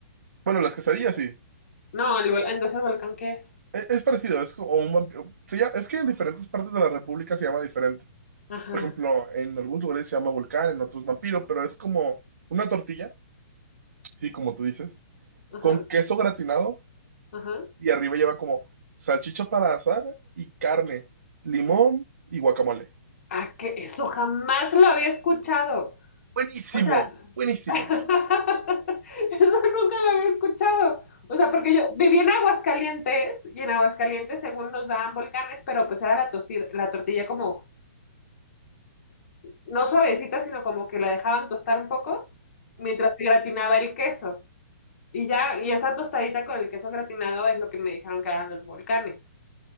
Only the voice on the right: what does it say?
Bueno, las quesadillas sí.
E- Es, parecido, es como un vampiro. se llama- es que en diferentes partes de la República se llama diferente.
Por ejemplo, en algunos lugares se llama volcán, en otros vampiro, pero es como una tortilla, sí, como tú dices,
con queso gratinado
y arriba lleva como salchicha para asar y carne, limón y guacamole.
Buenísimo,
buenísimo.